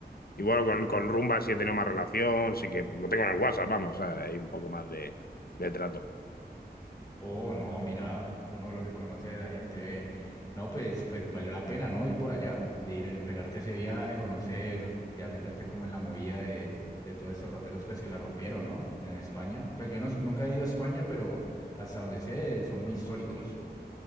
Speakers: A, on the left; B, on the left.
A: y bueno, con, con Rumba sí he tenido más relación, sí que lo tengo en el WhatsApp, vamos, ¿sabes? hay un poco más de, de trato.
B: Oh, no, mira, uno lo que conoce de la gente, ve. No, pues, pues valió la pena, ¿no? Ir por allá, de ir, eh, pegarte ese viaje, conocer, ya meterte como en la movida de, de todos estos raperos, pues que la rompieron, ¿no? En España. Pues yo no, nunca he ido a España, pero hasta donde sé, son muy históricos.